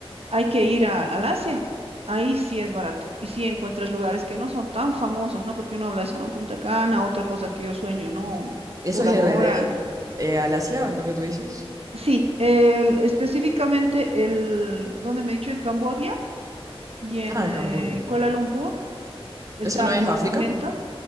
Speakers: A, on the right (about 75°); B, on the right (about 35°).
A: Hay que ir a- al Asia. Ahí sí es barato. Y sí encuentras lugares que no son tan famosos, ¿no? Porque uno habla de eso, ¿no? Punta Cana, otra cosa que yo sueño, ¿no?
B: ¿Eso
A: Bora
B: es RD?
A: Bora.
B: Eh, ¿al Asia, es lo que tú dices?
A: Sí, el- específicamente el, donde me he dicho, en Camboya y en
B: Ah,
A: eh,
B: Cambodia.
A: Kuala Lumpur, está
B: ¿Eso no es
A: en este
B: África?
A: momento.